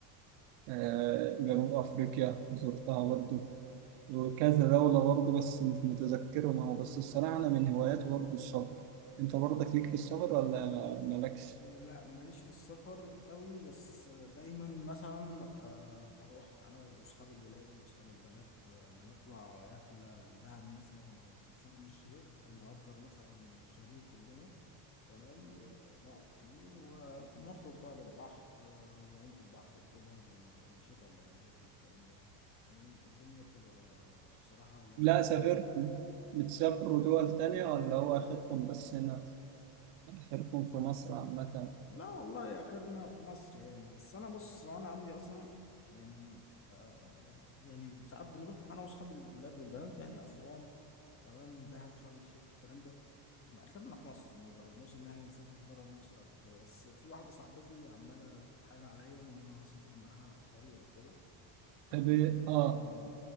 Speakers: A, on the right; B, on the left.
A: آه، جنوب أفريقيا زرتها برضو وكذا دولة برضه بس مش متذكرهم أهو بس الصراحة أنا من هواياتي برضه السفر أنت برضك ليك في السفر ولا مالكش؟
B: لا ماليش في السفر قوي بس دايما مثلا آه بروح انا واصحاب الولاد واصحاب البنات آه نطلع رحله لدهب مثلا او شرم الشيخ نأجر مثلا شاليه كلنا تمام ونقعد فيه ونخرج بقى للبحر آه نعوم في البحر وكده والانشطه اللي هناك والكلام ده تمام الدنيا بتبقى بصراحه لذيذه
A: لا سافرت
B: يعني
A: بتسافروا دول تانية ولا هو آخركم بس هنا آخركم في مصر عامة؟
B: لا والله يا اخرنا في مصر يعني بس انا بص انا عندي اصلا يعني آه يعني ساعات بنروح انا واصحابي الولاد والبنات يعني اسوان تمام دهب شرم الشيخ الكلام ده ما اخرنا في مصر ما جربناش ان احنا نسافر بره مصر قبل كده بس في واحده صاحبتي عماله تتحايل عليا ان انا اسافر معاها ايطاليا وكده وممكن
A: طب إيه؟ آه